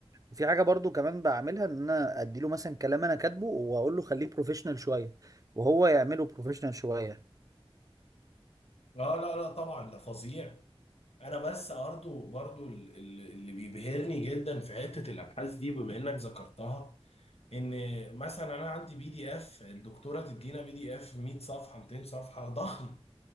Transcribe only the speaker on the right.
وفي حاجة برضو كمان بعملها إن أنا أديله مثلا كلام أنا كاتبه وأقول له خليه بروفيشنال شوية وهو يعمله بروفيشنال شوية